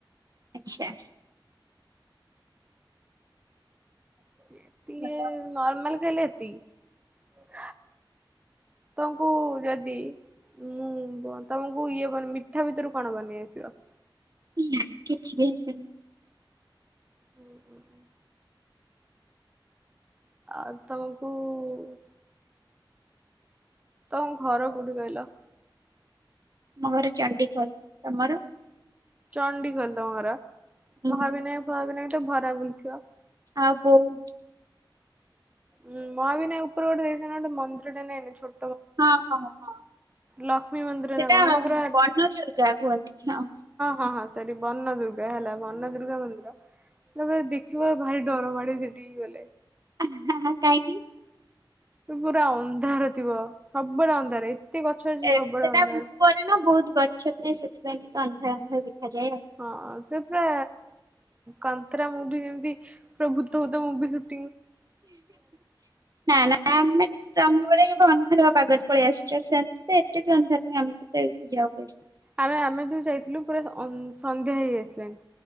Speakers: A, on the right; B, on the right.
A: ଆଚ୍ଛା।
B: ଏତିକି
A: ଭଲ
B: ନର୍ମାଲ କଲେ ଏତିକି, ତଙ୍କୁ ଯଦି, ମୁଁ ଵ ତମକୁ ଇଏ ମାନେ ମିଠା ଭିତରୁ କଣ ବନେଇ ଆସିବ।
A: ନାଇଁ କିଛି ବି ଆସେନି।
B: ହୁଁ ଉ ଉଁ ଆ ତମକୁ ଉ ତମ ଘର କୋଉଠି କହିଲ?
A: ଆମ ଘର ଚଣ୍ଡିଖୋଲ ତମର?
B: ଚଣ୍ଡିଖୋଲ ତମଘର
A: ହୁଁ।
B: ମହାବିନାୟକ ଫହାବିନାୟ ତ ଭରା ବୁଲିଥିବ।
A: ଆଉ ବହୁତ।
B: ଉୁଁ ମହାବିନାୟକ ଉପର ଗୋଟେ ଦେଇଛନ୍ତି ଗୋଟେ ମନ୍ଦିର ଟା ନାଇନ ଛୋ
A: ହଁ ହଁ ହଁ।
B: ଲକ୍ଷ୍ମୀ ମନ୍ଦିର
A: ସେଟା
B: ନା କଣ
A: ବନ
B: ହେଟା ପୁରା
A: ଦୁର୍ଗା କୁହନ୍ତି ହଁ।
B: ହଁ ହଁ ସରି ବର୍ନ ଦୁର୍ଗା ହେଲା ବନ ଦୁର୍ଗା ମନ୍ଦିର। ତାକୁ ଦେଖିବ ଭାରି ଡର ମାଡେ ସେଠିକି ଗଲେ।
A: ହେଁ ହେଁ କାହିଁକି।
B: ପୁରା ଅନ୍ଧାର ଥିବ ସବୁବେଡେ ଅନ୍ଧାର। ଗଛ ଅଛି
A: ଏୟା
B: ସବୁବେଳେ
A: ସେଇଟା
B: ଅନ୍ଧାର।
A: ଉପରେ ନା ବହୁତ ଗଛ ଥାଏ ସେଥିପାଇଁ ଟିକେ ଅନ୍ଧାର ଅନ୍ଧାର ଦେଖାଯାଏ ଆଉ।
B: ହଁ ସେ ପୁରା କନ୍ତରା ମୁଭି ଯେମିତି ପୁରା ଭୂତ ଭୂତ ମୁଭି ସୁଟି
A: ନା ନା ଆମେ ତମ ଭଳିଆ ବନ୍ଧର ହବା ପାଗଟା। ପଳେଇ ଆସିଛ ସେମତି ତ ଏତ ବି ଅନ୍ଧ ନୁହଁ ଏମତି ତ ଏଇଠି ଯବ ଅଛି।
B: ଆମେ ଆମେ ଯୋଉ ଯାଇଥିଲୁ ପୁରା ଅ ସନ୍ଧ୍ୟା ହେଇ ଆାସିଲାଣି।